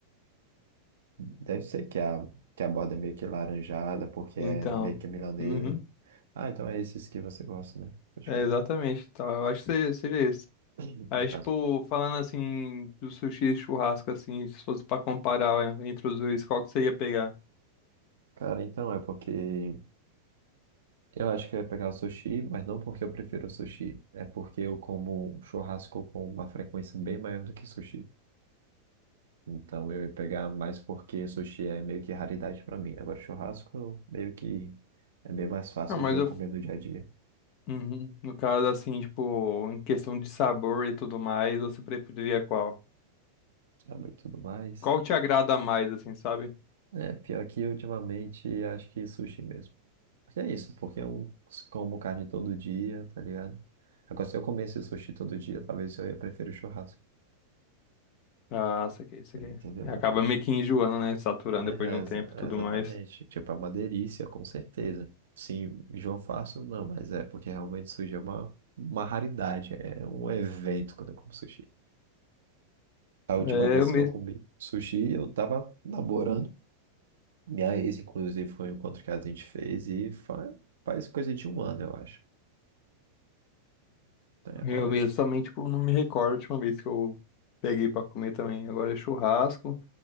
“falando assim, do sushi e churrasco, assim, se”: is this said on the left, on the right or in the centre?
Left